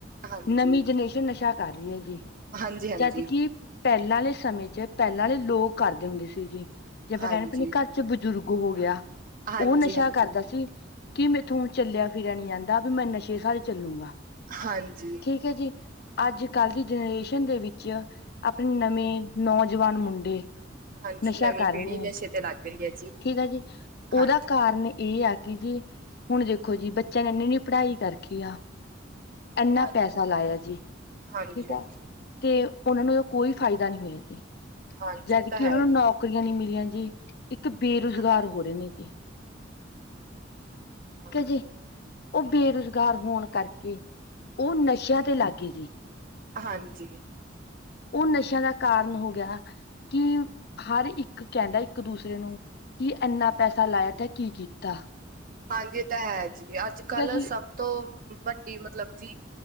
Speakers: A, on the right (about 45°); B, on the left (about 55°).
A: ਹਾਂਜੀ
B: ਨਵੀਂ ਜਨਰੇਸ਼ਨ ਨਸ਼ ਕਿਆ ਕਰ ਰਹੀ ਹੈ, ਜੀ।
A: ਹਾਂਜੀ, ਹਾਂਜੀ।
B: ਜਦ ਕਿ ਪਹਿਲਾਂ ਵਾਲੇ ਸਮੇਂ'ਚ, ਪਹਿਲਾਂ ਵਾਲੇ ਲੋਕ ਕਰਦੇ ਹੁੰਦੇ ਸੀ, ਜੀ ਜੇ ਆਪਾਂ
A: ਹਾਂਜੀ
B: ਕਹਿੰਦੇ ਪ ਘਰ'ਚ ਬਜ਼ੁਰਗ ਹੋ ਗਿਆ
A: ਹਾਂਜੀ
B: ਉਹ ਨਸ਼ਾ
A: ਹਾਂਜੀ
B: ਕਰਦਾ ਸੀ। ਕਿ, ਮੇਰੇ ਇਥੋਂ ਚੱਲਿਆ ਫਿਰਿਆ ਨੀ ਜਾਂਦਾ ਵੀ ''ਮੈਂ ਨਸ਼ੇ ਸਾਰੇ ਚੱਲੂਂਗਾ
A: ਹਾਂਜੀ
B: ਠੀਕ, ਹੈ-ਜੀ, ਅੱਜ-ਕੱਲ ਦੀ ਜਨਰੇਸ਼ਨ ਦੇ ਵਿੱਚ ਆਪਣੇ ਨਵੇਂ ਨੌਜਵਾਨ ਮੁੰਡੇ
A: ਹਾਂਜੀ
B: ਨਸ਼ਾ
A: ਨਵੀਂ
B: ਕਰ
A: ਪੀੜ੍ਹੀ
B: ਰਹੇ ਨੇ।
A: ਨਸ਼ੇ ਤੇ ਲੱਗ ਰਹੀ ਹੈ
B: ਠੀਕ ਆ ਜੀ, ਉਹਦਾ
A: ਹਾਂਜੀ
B: ਕਾਰਨ ਇਹ ਆ ਜੀ। ਹੁਣ ਦੇਖੋ ਜੀ, ਬੱਚਿਆਂ ਨੇ ਇਨੀ ਨੀ ਪੜ੍ਹਾਈ ਕਰਕੇ ਆ। ਇਨਾ
A: ਹਾਂਜੀ
B: ਪੈਸਾ ਲਾਇਆ ਜੀ।
A: ਹਾਂਜੀ
B: ਠੀਕ ਆ
A: ਹਾਂਜੀ
B: ਤੇ, ਉਹਨਾਂ ਨੂੰ ਕੋਈ ਫਾਇਦਾ ਨਹੀਂ ਹੋਇਆ ਜੇ।
A: ਹਾਂਜੀ
B: ਜਦਕਿ
A: ਇਹ ਤਾਂ ਹੈ
B: ਉਹਨਾਂ ਨੂੰ,
A: ਜੀ
B: ਨੌਕਰੀਆਂ ਨਹੀਂ ਮਿਲੀਆਂ ਜੀ, ਇੱਕ ਬੇਰੁਜ਼ਗਾਰ
A: ਹਾਂਜੀ
B: ਹੋ ਰਹੇ ਨੇ ਜੇ।
A: ਹਾਂਜੀ।
B: ਜੀ ਉਹ, ਬੇਰੁਜ਼ਗਾਰ ਹੋਣ ਕਰਕੇ, ਉਹ ਨਸ਼ਿਆਂ ਤੇ ਲਾਗਗੇ ਜੀ।
A: ਹਾਂਜੀ।
B: ਉਹ, ਨਸ਼ਿਆਂ ਦਾ ਕਾਰਨ ਹੋ ਗਿਆ ਕਿ, ਹਰ ਇੱਕ ਕਹਿੰਦਾ ਇੱਕ-ਦੂਸਰੇ ਨੂੰ ਕੀ, ਐਨਾ ਪੈਸਾ ਲਾਇਆ ਤੇ, ਕੀ-ਕੀਤਾ?
A: ਹਾਂਜੀ ਤੈ, ਹੈ ਜੀ ਅੱਜ-ਕੱਲ੍ਹ
B: ਜੀ
A: ਸਭ ਤੋਂ ਵੱਡੀ ਮਤਲਬ ਜੀ